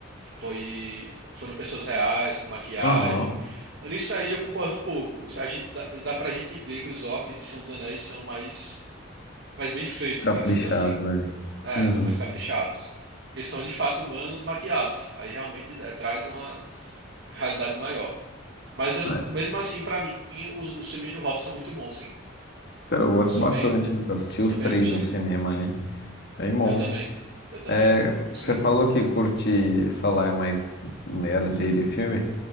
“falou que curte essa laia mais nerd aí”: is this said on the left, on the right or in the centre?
Left